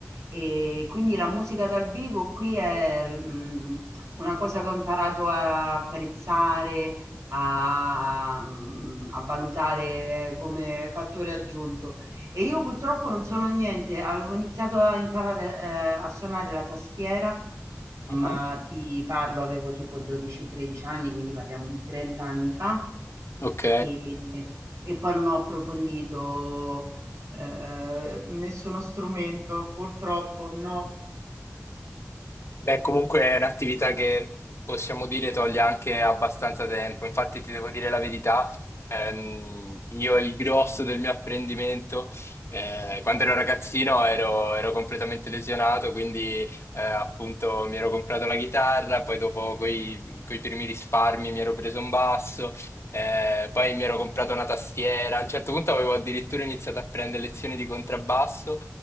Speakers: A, on the right; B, on the left.
A: E quindi la musica dal vivo qui è mm, una cosa che ho imparato a apprezzare, a, mm, a valutare come fattore aggiunto. E io purtroppo non sono niente, avevo iniziato a imparare eh, a suonare la tastiera, ma
B: Ah.
A: ti parlo, avevo tipo 12-13 anni, quindi parliamo di 30 anni fa.
B: Ok.
A: E, e poi non ho approfondito eh, nessuno strumento, purtroppo no.
B: Beh, comunque è un'attività che possiamo dire toglie anche abbastanza tempo. Infatti, ti devo dire la verità, ehm, io il grosso del mio apprendimento, eh, quando ero ragazzino ero, ero completamente lesionato, quindi eh, appunto mi ero comprato la chitarra, poi dopo coi, coi primi risparmi mi ero preso un basso, eh, poi mi ero comprato una tastiera. A un certo punto avevo addirittura iniziato a prendere lezioni di contrabbasso.